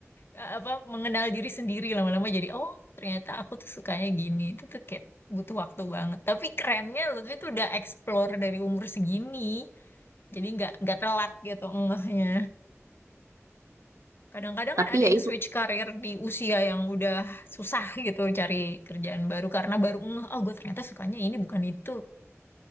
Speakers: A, on the left; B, on the right.
A: Eh, Apa, mengenal diri sendiri lama-lama jadi, oh ternyata aku tuh sukanya gini. Itu tuh kayak butuh waktu banget. Tapi kerennya Lutfi tuh udah explore dari umur segini. Jadi nggak nggak telat gitu ngehnya. Kadang-kadang
B: Tapi
A: kan ada
B: ya
A: yang
B: itu
A: switch karir di usia yang udah susah gitu cari kerjaan baru karena baru ngeh, oh gue ternyata sukanya ini bukan itu.